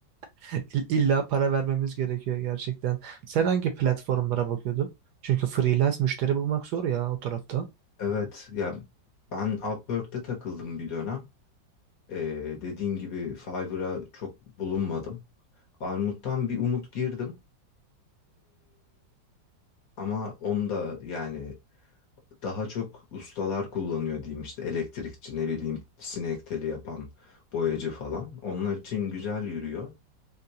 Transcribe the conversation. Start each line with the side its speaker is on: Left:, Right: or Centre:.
Right: <laughs> İl- İlla para vermemiz gerekiyor gerçekten. Sen hangi platformlara bakıyordun? Çünkü freelance müşteri bulmak zor ya o tarafta.
Left: Evet ya ben Upwork'te takıldım bir dönem. Ee, dediğin gibi Fiverr'a çok bulunmadım. Armut'tan bir umut girdim. Ama onda yani daha çok ustalar kullanıyor diyeyim işte elektrikçi ne bileyim sinek teli yapan boyacı falan. Onlar için güzel yürüyor.